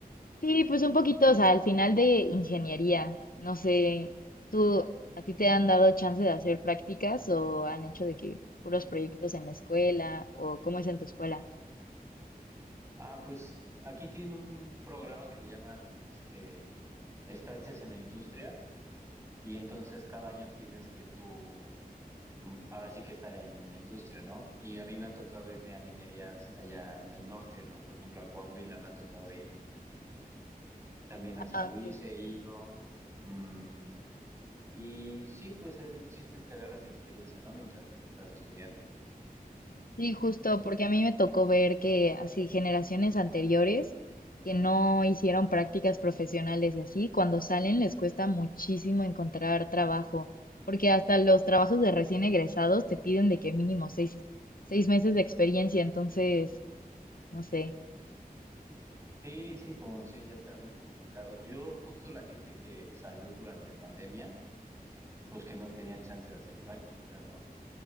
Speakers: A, on the left; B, on the right.
A: Sí, pues un poquito, o sea, al final de ingeniería, no sé, ¿tú a ti te han dado chance de hacer prácticas o han hecho de que puros proyectos en la escuela o cómo es en tu escuela?
B: Ah, pues aquí tienen un programa que le llaman este estancias en la industria y entonces cada año tienes que tú mm, ahora sí que estar en una industria, ¿no? Y a mí me ha tocado irme a minerías allá en el norte, ¿no? Por ejemplo, a Coahuila me ha tocado ir. También a San
A: Ah, ok.
B: Luis he ido. mm, Y sí, pues el chiste es que agarres experiencia, ¿no? Mientras estás estudiando.
A: Sí, justo, porque a mí me tocó ver que así generaciones anteriores que no hicieron prácticas profesionales y así, cuando salen les cuesta muchísimo encontrar trabajo, porque hasta los trabajos de recién egresados te piden de que mínimo seis, seis meses de experiencia, entonces, no sé.
B: Sí, sí, como mencioné, ya está bien complicado. Y luego justo la gente que salió durante la pandemia, pues que no tenían chance de hacer prácticas, ¿no?